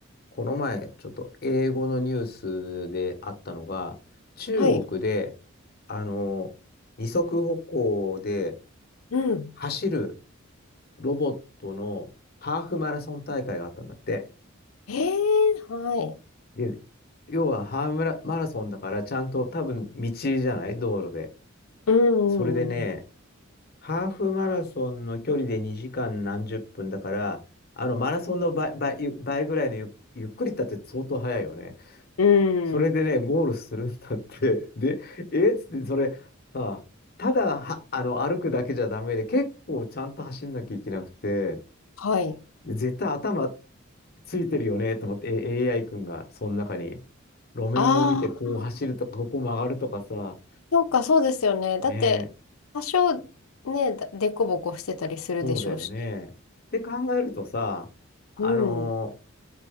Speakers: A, on the left; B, on the left.
A: この前、ちょっと英語のニュースであったのが、中国で、
B: はい。
A: あの、二足歩行で
B: うん。
A: 走るロボットのハーフマラソン大会があったんだって。
B: ええはい。
A: で、要はハーフマラマラソンだからちゃんと多分道じゃない道路で。
B: うんうん
A: それでね、ハーフマラソンの距離で2時間何十分だから、あのマラソンの倍、倍、倍ぐらいのゆ、ゆっくりだって相当速いよね。
B: うん。
A: それでね、
B: うん。
A: ゴールするんだって。で、えっつって、それ、さ、ただは、あの、歩くだけじゃダメで、結構ちゃんと走んなきゃいけなくて、
B: はい。
A: で絶対頭ついてるよね、と思って、え AI 君が、その中に、路面を見て、
B: ああ、
A: こう走るとか、ここ曲がるとかさ、
B: そうか、そうですよね。だって、
A: ねえ、
B: 多少ね、だでこぼこしてたりするでしょうし。
A: そうだよね。って考えるとさ、あの、
B: うん。